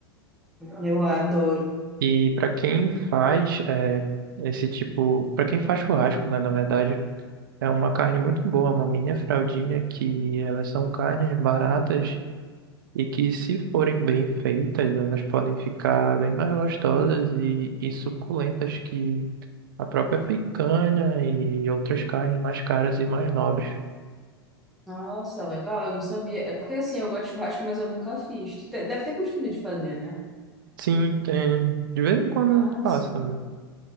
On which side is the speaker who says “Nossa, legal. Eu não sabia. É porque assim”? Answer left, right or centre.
Centre